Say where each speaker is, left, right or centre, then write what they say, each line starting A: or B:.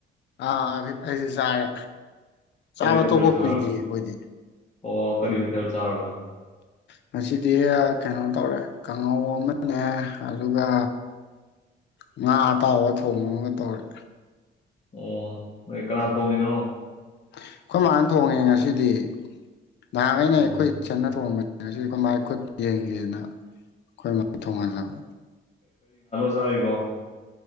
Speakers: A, on the left; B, on the left.
A: ꯑꯥ ꯑꯩꯁꯤ ꯆꯥꯔꯦ ꯆꯥꯕ
B: ꯀꯔꯤ ꯃꯊꯦꯜ
A: ꯇꯣꯄ
B: ꯆꯥꯔꯕ
A: ꯀꯨꯏꯗ꯭ꯦ ꯑꯩꯈꯣꯏꯗꯤ
B: ꯑꯣ ꯀꯔꯤ ꯃꯊꯦꯜ ꯆꯥꯎꯔꯕ
A: ꯉꯁꯤꯗꯤ ꯀꯩꯅꯣ ꯇꯧꯔꯦ ꯀꯥꯡꯉꯧ ꯑꯃꯅꯦ ꯑꯗꯨꯒ ꯉꯥ ꯑꯇꯥꯎꯕ ꯊꯣꯡꯕ ꯑꯃꯒ ꯇꯧꯔꯦ
B: ꯑꯣ ꯅꯣꯏ ꯀꯅꯥ ꯊꯣꯡꯉꯤꯅꯣ
A: ꯑꯩꯈꯣꯏ ꯃꯥꯅ ꯊꯣꯡꯉꯦ ꯉꯁꯤꯗꯤ ꯅꯍꯥꯟ ꯑꯩꯅ
B: ꯑꯣ
A: ꯑꯩꯈꯣꯏ ꯆꯟꯅ ꯊꯣꯡꯕꯥꯏ ꯈꯨꯠ ꯌꯦꯡꯉꯤ ꯍꯦꯟꯅ ꯑꯩꯈꯣꯏ ꯃ ꯊꯣꯡꯍꯜꯂꯕ
B: ꯆꯔꯔꯤꯕꯣ